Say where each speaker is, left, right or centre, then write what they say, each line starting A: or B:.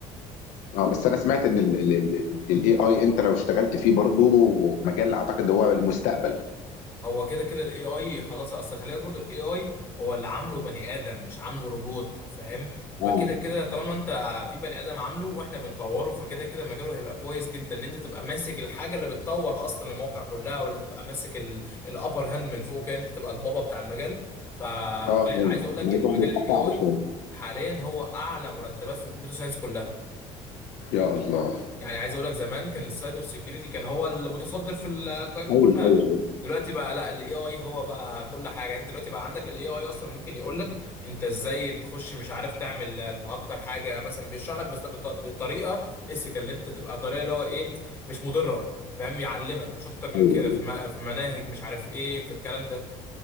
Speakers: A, on the left; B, on the left.
A: اه بس انا سمعت ان الاي اي انت لو اشتغلت فيه برضه مجال اعتقد هو المستقبل
B: هو كده كده الاي اي خلاص اصل خلي بالك برضه الاي اي هو اللي عامله بني ادم مش عامله روبوت فاهم فكده
A: اه
B: كده طالما انت في بني ادم عامله واحنا بنطوره فكده كده مجاله هيبقى كويس جدا ان انت تبقى ماسك الحاجه اللي بتطور اصلا المواقع كلها ولا تبقى ماسك الابر هاند من فوق كده انت تبقى البابا بتاع المجال ف وغا-
A: اه اه
B: عايز اقول لك
A: الموضوع
B: المجال
A: بيبقى
B: الاي
A: صعب
B: اي
A: شويه
B: حاليا هو اعلى مرتبات في الكمبيوتر ساينس كلها
A: يا الله
B: يعني عايز اقول لك زمان كان السايبر سيكيورتي كان هو المتصدر في القائمه
A: ايوه
B: كلها
A: ايوه ايوه
B: دلوقتي بقى لا الاي اي هو بقى كل حاجه يعني انت دلوقتي بقى عندك الاي اي اصلا ممكن يقول لك انت ازاي تخش مش عارف تعمل تهكر حاجه مثلا بيشرح لك بس بط- بطريقه اسك اللي انت تبقى طريقه اللي هو ايه مش مضره فاهم يعلمك مش اكتر من
A: ايوه
B: كده
A: ايوه
B: في م- في مناهج مش عارف ايه في الكلام ده